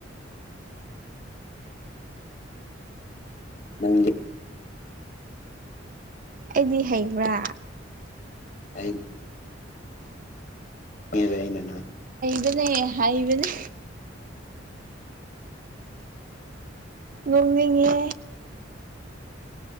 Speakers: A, on the left; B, on the right.
A: ꯅꯪ
B: ꯑꯩꯗꯤ ꯍꯩꯕ꯭ꯔꯥ
A: ꯑꯩ ꯏꯅꯦ
B: ꯃ ꯍꯥꯏꯕꯅꯤ ꯉꯣꯡꯉꯉꯦ